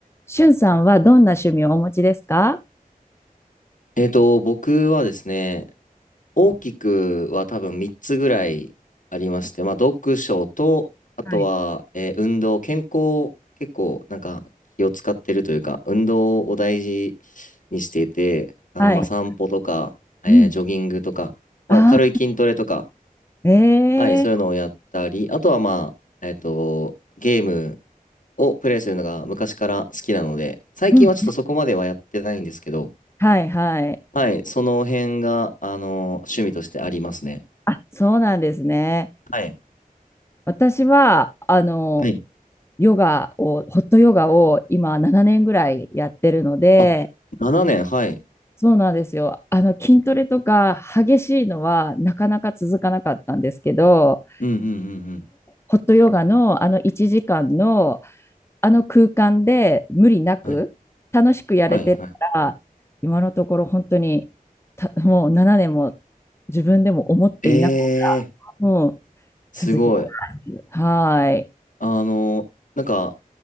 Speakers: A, on the left; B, on the left.
A: しゅんさんはどんな趣味をお持ちですか
B: えっと、僕はですね、大きくは多分3つぐらいありまして、まあ、読書と、あとは、
A: はい。
B: えー運動、健康、結構なんか気を使ってるというか、運動を大事にしていて、あの、
A: はい。
B: まあ、散歩とか、えージョギングとか、
A: うん。
B: まあ、
A: あ、
B: 軽い筋トレとか、
A: ええ
B: はい、そういうのをやったり、あとはまあ、えっと、ゲームをプレイするのが昔から好きなので、最近はちょっとそこまではやってないんですけど、
A: うん。はいはい。
B: はい、その辺が、あの、趣味としてありますね。
A: あ、そうなんですね。
B: はい。
A: 私は、あの、
B: はい。
A: ヨガを、ホットヨガを今7年ぐらいやってるので、
B: あ、7年、はい。
A: そうなんですよ。あの、筋トレとか激しいのはなかなか続かなかったんですけど、
B: うんうんうんうん。
A: ホットヨガのあの1時間のあの空間で無理なく楽しくやれてるから今のところ本当にたもう7年も自分でも思っていなく
B: はい。はい。はい。ええ
A: もう
B: ー、
A: 続けますはーい、
B: すごい。あの、なんか、